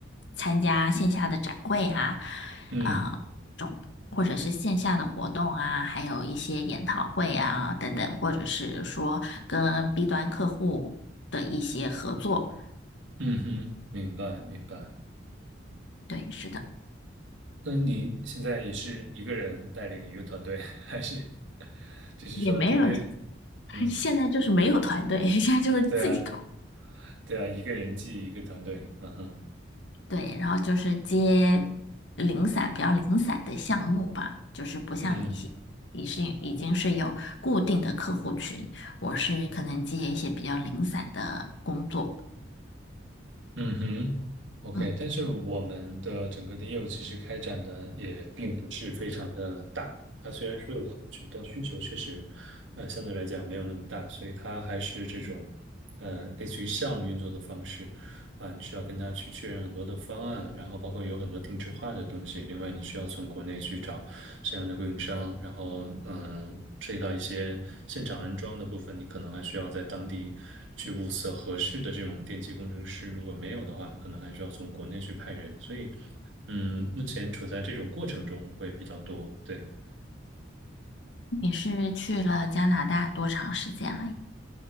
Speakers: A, on the left; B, on the right.
A: 参加线下的展会啊，
B: 嗯
A: 啊、或者是线下的活动啊，还有一些研讨会啊等等，或者是说跟 B 端客户的一些合作。
B: 嗯哼，明白明白。
A: 对，是的，
B: 那你现在也是一个人带领一个团队，还是就是说团队？
A: 也没有，<laughs>
B: 嗯，
A: 现在就是没有团队，现在就是自己搞。
B: 对啊对啊，一个人记一个团队。嗯哼。
A: 对，然后就是接零散、比较零散的项目吧，就是不像你是你是已经是有固定的客户群，
B: 嗯
A: 我是可能接一些比较零散的工作。
B: 嗯哼，OK，
A: 嗯，
B: 但是我们的整个的业务其实开展的也并不是非常的大。它虽然说有客群，但需求确实，呃，相对来讲没有那么大，所以它还是这种，呃，类似于项目运作的方式。啊，你需要跟他去确认很多的方案，然后包括有很多定制化的东西。另外，你需要从国内去找相应的供应商，然后嗯，涉及到一些现场安装的部分，你可能还需要在当地去物色合适的这种电气工程师。如果没有的话，可能还需要从国内去派人。所以，嗯，目前处在这种过程中会比较多。对，
A: 你是去了加拿大多长时间了呀？